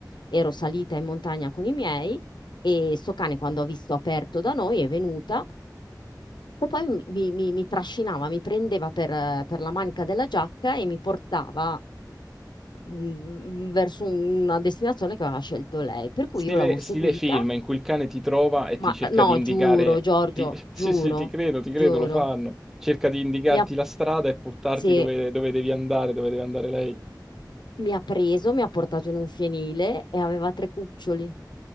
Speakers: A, on the left; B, in the centre.
A: ero salita in montagna con i miei e sto cane quando ha visto aperto da noi è venuta E poi mi, mi- mi- mi trascinava, mi prendeva per, eh, per la manica della giacca e mi portava mm, verso una destinazione che aveva scelto lei. Per cui
B: Stile,
A: io l'avevo seguita,
B: stile film in cui il cane ti trova e ti
A: ma
B: cerca
A: no,
B: di indicare.
A: giuro, Giorgio,
B: ti- <laughs>
A: giuro,
B: Sì, sì, ti credo, ti credo,
A: giuro,
B: lo fanno. Cerca di indicarti
A: mi ha,
B: la strada e portarti
A: sì,
B: dove, dove devi andare, dove deve andare lei.
A: mi ha preso, mi ha portato in un fienile e aveva tre cuccioli.